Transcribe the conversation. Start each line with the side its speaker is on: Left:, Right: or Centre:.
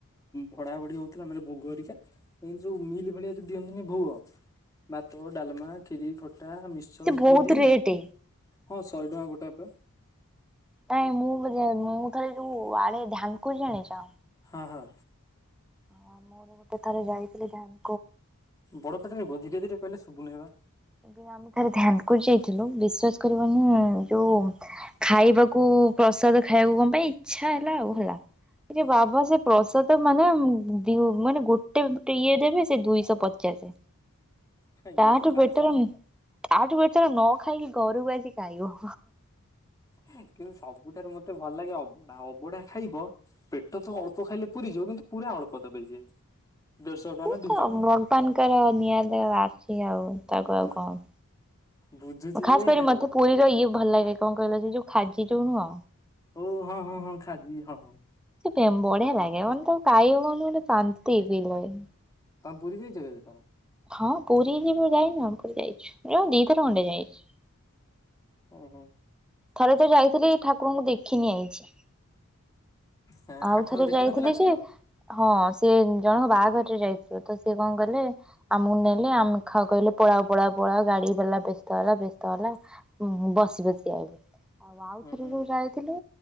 Left: ଭଡା ଭଡି ହଉଥିଲା ମାନେ ଭୋଗ ହରିକା ଏମିତି ଯୋଉ ମିଲ୍ ଭଳିଆ ଯୋଉ ଦିଅନ୍ତିୁନି ଭୋଗ ଭାତ ଡାଲମା ଖିରି ଖଟା ମି- କ୍ଚର
Centre: ସେ
Left: ଏମତି
Centre: ବହୁତ
Left: ସବୁ ଦିଅନ୍ତିନି
Centre: ରେଟ୍
Left: ହଁ ଶହେ ଟଙ୍କା ଗୋଟା ପା
Centre: ନାଇଁ ମୁଁ ଜା ମୁଁ ଖାଲି ଯୋଉ ଆଣେ ଧାନକୁୁର ଜାଣିଛ?
Left: ହଁ ହଁ।
Centre: ଆ ମୋର ଗୋଟେ ଥରେ ଯାଇଥିଲି ଧାମ
Left: ବଡ ପାଟିରେ କୁହ ଧୀରେ ଧୀରେ କହିଲେ ଶୁବୁ ନେଇବା
Centre: ଆଜ୍ଞା ଆମେ ଥରେ ଧାନକୁର୍ ଯାଇଥିଲୁ ବିଶ୍ଵାସ କରିବନି ଯୋଉ ଖାଇବାକୁ ପ୍ରସାଦ ଖାଇବାକୁ କଣ ପାଇଁ ଇଚ୍ଛା ହେଲା ଆଉ ହେଲା।
Left: ହଁ
Centre: ଏ ଯୋଉ ବାବା ସେ ପ୍ରସାଦ ମାନେ ଦିଉ ମାନେ ଗୋଟେ ଟେ ଇଏ ଦେବେ ସେ ଦୁଇଶହ ପଚାଶ।
Left: ହଁ ଇଏ
Centre: ତାଠୁ
Left: ତ ଛାଡ
Centre: ବେଟର
Left: ସବୁ
Centre: ତାଠୁ ବେଟର ନ ଖାଇକି ଘରୁକୁ ଆସିକି ଖାଇବ।
Left: ହେଁ କିନ୍ତୁ ସବୁଠାରୁ ମତେ ଭଲ ଲାଗେ ଅବଢା ଅବଢା ଖାଇବ ପେଟ ତ ଅଳ୍ପ ଖାଇଲେ ପୁରୀ ଯିବ କିନ୍ତୁ ପୁରା ଅଳ୍ପ ଦେବେ ସିଏ ଦେଢଶହ ଟଙ୍କା
Centre: <unintelligible>
Left: ନା ଦୁଇଶହ
Centre: ଭଗବାନଙ୍କର
Left: ଟଙ୍କା ନେବେ
Centre: ନିଆଦ ଆସିଛି ଆଉ ତାକୁ
Left: ବୁ
Centre: ଆଉ କଣ?
Left: ବୁଝୁଛି
Centre: ଖାସ
Left: ଯେ
Centre: କରି
Left: ହଉ
Centre: ମତେ ପୁରୀର ଇଏ ଭଲ ଲାଗେ କଣ କହିଲ ସେ ଯୋଉ ଖାଜି ଯୋଉ ନୁହଁ?
Left: ହଉ ହଁ ହଁ ହଁ ଖାଇବି ହଁ।
Centre: ସେ କେ ବଢିଆ ଲାଗେ ମାନେ ତାକୁ କାଇବ ମାନେ ପୁରା ଶାନ୍ତି ଫିଲ୍ ଲାଗେ।
Left: ତମେ ପୁରୀ ଯାଇଛ କେତେ ଥର?
Centre: ହଁ ପୁରୀ ଯିବ ଯାଇନା ପୁରୀ ଯାଇଛୁଁ ଏଇ ମୁଁ ଦି ଥର ଖଣ୍ଡେ ଯାଇଛି।
Left: ଓ ହୋ।
Centre: ଥରେ ତ ଯାଇଥିଲି ଠାକୁରଙ୍କୁ ଦେଖିନି ଆଇଛି।
Left: ହଁ
Centre: ଆଉଥରେ
Left: ଠାକୁରଙ୍କୁ ଦେଖି
Centre: ଯାଇଥିଲି
Left: ନଥିଲା ଆସିଥିଲ
Centre: ଯେ ହଁ ସିଏ ଜଣଙ୍କ ବାହାଘରରେ ଯାଇଥିଲୁ ତ ସିଏ କଣ କଲେ? ଆମକୁ ନେଲେ ଆମେ ଖା କହିଲେ ପଳାଅ ପଳାଅ ପଳାଅ ଗାଡି ବାଲା ବ୍ୟସ୍ତ ହେଲା ବ୍ୟସ୍ତ ହେଲା। ହୁଁ ବସି ବସିକା ଆଇଲି। ଆଉ ଆଉଥରେ
Left: ହୁଁ ହୁଁ
Centre: ଯୋଉ ଯାଇଥିଲୁ